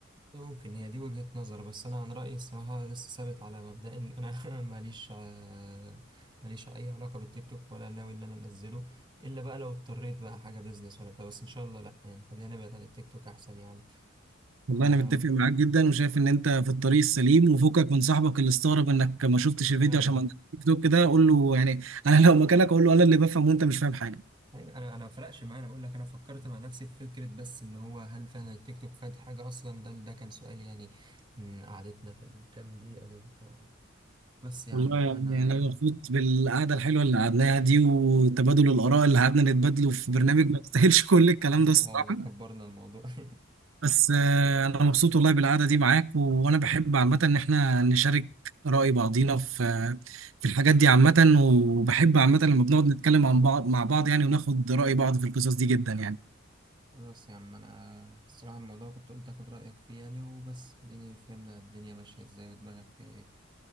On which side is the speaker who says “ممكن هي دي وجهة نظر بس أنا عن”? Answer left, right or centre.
Right